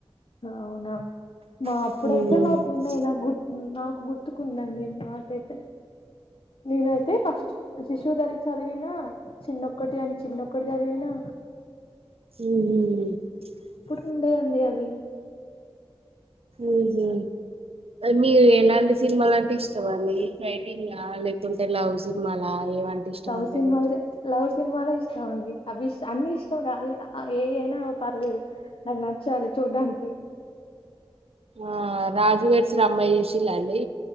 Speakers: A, on the left (about 60°); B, on the right (about 75°).
A: అవునా మా
B: గుర్తుకులేవు
A: అప్పుడైతే మాకున్నయి నాకు గుర్తున్ నాకు గుర్తుకుందండి నాకైతే నేనైతే ఫస్ట్ నా శిశువు దరి చదివినా చిన్నొక్కటి అని చిన్నొక్కటి చదివినా
B: ఊహూ
A: ఉండే అండి అవి
B: ఊహూ మీరు ఎలాంటి సినిమాలు అంటే ఇష్టం అండి ఫైటింగ్ లా లేకుంటే లవ్ సినిమాలా ఏమంటే ఇష్టం
A: లవ్
B: ఉంటాయి
A: సినిమాలదే
B: మీకు
A: లవ్ సినిమాలే ఇష్టమండి అవిష్ అన్నీ ఇష్టం ఉండాలి ఆ ఏయి అయినా పర్లేదు నాకు నచ్చాలి చూడ్డానికి
B: ఆ రాజు వెడ్స్ రమ్మై షూషిల్లా అండి